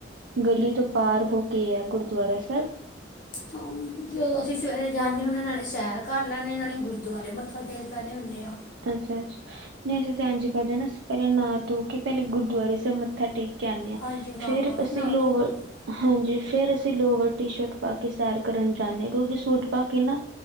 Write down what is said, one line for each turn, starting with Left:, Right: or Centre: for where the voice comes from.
Right: ਗਲੀ ਤੋਂ ਪਾਰ ਹੋ ਕੇ ਆ, ਗੁਰਦੁਆਰਾ ਸਾਹਿਬ
Left: ਹਾਂ, ਜਦੋਂ ਅਸੀਂ ਸਵੇਰੇ ਜਾਂਦੇ ਹੁੰਦੇ ਨਾਲੇ ਸੈਰ ਕਰਰ ਲੈਦੇ ਆ, ਨਾਲੇ ਗੁਰਦੁਆਰੇ ਮੱਥਾ ਟਕ ਲੈਣੇ ਹੁੰਦੇ ਹਾਂ।
Right: ਅੱਛਾ, ਅੱਛਾ, ਨਹੀਂ ਅਸੀਂ ਧਨ ਜੀ ਕਰਦੇ ਨਾ ਅਸੀਂ ਪਹਿਲਾਂ ਨ ਧੋ ਕੇ ਪਹਿਲੇ ਗੁਰਦੁਆਰੇ ਸਿਰ ਮੱਥਾ ਟੇਕ ਕਦੇ ਹਾਂ
Left: ਹਾਂਜੀ ਹਾਂ
Right: ਫੇਰ ਅਸੀਂ
Left: ਨਾ
Right: ਲੋਕ
Left: ਧੋ ਕੇ
Right: ਹਾਂਜੀ, ਫੇਰ ਅਸੀਂ ਲੋਵਰ ਟੀ ਸ਼ਰਟ ਪਾ ਕੇ ਸੈਰ ਕਰਨ ਜਾਂਦੇ ਹਾਂ, ਕਿਉਂਕਿ ਸੂਟ ਪਾ ਕੇ ਨਾ